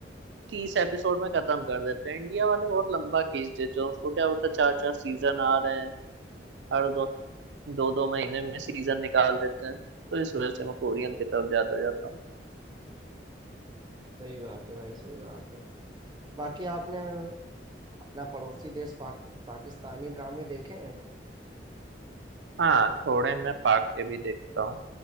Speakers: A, on the right; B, on the right.
A: तीस एपिसोड में खत्म कर देते हैं इंडिया वाले बहुत लंबा खींच देते हैं उसको क्या होता है चार चार सीजन आ रहे हैं हर दो दो दो महीने में सीजन निकाल देते हैं तो इस वजह से मैं कोरियन की तरफ ज्यादा जाता हूँ
B: सही बात है भाई सही बात है बाकी आपने अपना पड़ोसी देश पाक, पाकिस्तानी ड्रामे देखे हैं
A: हाँ थोड़े मैं पाक के भी देखता हूँ